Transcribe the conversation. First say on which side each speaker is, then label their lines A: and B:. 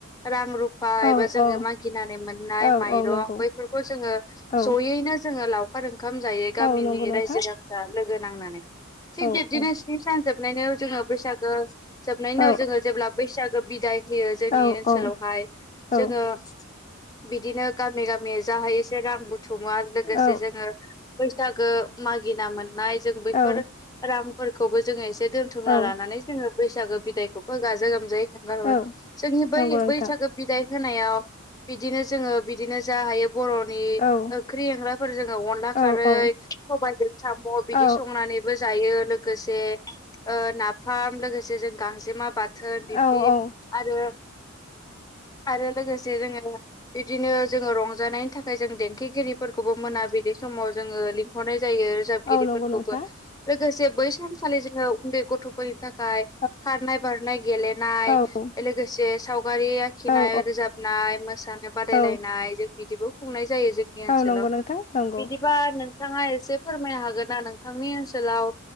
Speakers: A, on the left; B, on the left.
A: रां रु फा एबा
B: औ
A: जोङो
B: औ
A: मागिनानै मोननाय
B: औ
A: माइरं
B: औ नंगौ
A: बैफोरखौ जोङो
B: औ
A: ज'यैनो जोङो लाव लावखार ओंखाम जायो गामिनि
B: औ नंगौ नोंथां
A: रायजो राजा लोगो नांनानै थिग
B: औ
A: बिबदिनो
B: औ
A: स्नि सान जोबनायाव जोङो बैसागो जोबनायनि उनाव
B: औ
A: जोङो जेब्ला बैसागो बिदाय - होयो जोंनि
B: औ
A: ओनसोलावहाय
B: औ औ
A: जोङो बिदिनो गामि गामि जाहाय एसे रां बुथुमा लोगोसे
B: औ
A: जोङो बैसागो मागिनामोना नाय जों बैफोर
B: औ
A: रामफोरखौबो जोङो एसे दोनथुमना
B: औ
A: लानानै जोङो बैसागो बिदायखौबो गाजा गोमजायै खगार हरो
B: औ
A: जोंनि
B: नंगौ
A: बै
B: नोंथां
A: बैसागो बिदाय होनायाव बिदिनो जोङो बिदिनो जा हायो बर'नि
B: औ
A: ओंख्रि एंग्राफोर जोङो अनला
B: औ
A: खारै
B: औ
A: सबायाइजों साम' बिदि
B: औ
A: संनानै जायो लोगोसे ओ नाफाम लोगोसे जों गांजेमा बाथोन बिब्दि
B: औ औ औ
A: आरो आरो लोगोसे जोङो बिदिनो जोङो रंजानायनि थाखाय जों देंखोगिरिफोरखौबो मोना बिलि समाव जोङो हरनाय जायो रोजाबगिरिफोरखौबो
B: औ नंगौ नोंथां
A: लोगोसे बै सानखालि जोङो उन्दै गथ'फोरनि थाखाय
B: औ
A: खारनाय बारनाय गेलेनाय
B: औ
A: लोगोसे साव सावगारि आखिनाय
B: औ औ
A: रोजाबनाय मोसानाय बादायलायनाय
B: औ
A: जों बिदिबो खुंनाय जयो जोंनि ओनसोलाव
B: औ नंगौ नोंथां नंगौ
A: बिदिबा नोंथाङा एसे फोरमायनो हागोन ना नों नोंथांनि ओनसोलाव